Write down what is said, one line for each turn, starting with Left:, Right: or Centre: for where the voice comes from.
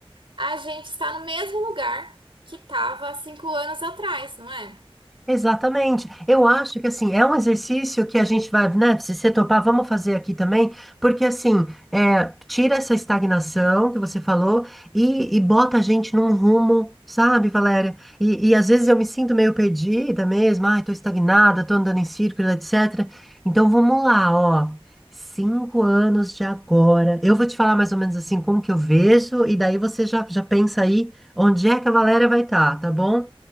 Right: a gente está no mesmo lugar que estava há cinco anos atrás, não é?
Centre: Exatamente. Eu acho que assim, é um exercício que a gente vai, né? Se você topar, vamos fazer aqui também, porque assim, é, tira essa estagnação que você falou e, e bota a gente num rumo, sabe, Valéria? E, e às vezes eu me sinto meio perdida mesmo, ai, tô estagnada, tô andando em círculo, etc. Então vamos lá, ó. Cinco anos de agora. Eu vou te falar mais ou menos assim como que eu vejo, e daí você já, já pensa aí onde é que a Valéria vai estar, tá bom?